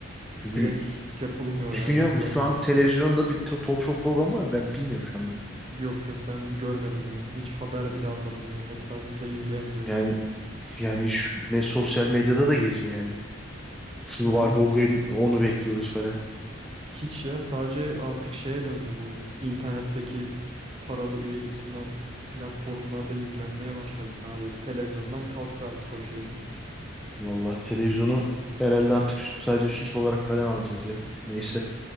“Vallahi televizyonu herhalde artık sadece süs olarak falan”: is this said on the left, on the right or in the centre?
Centre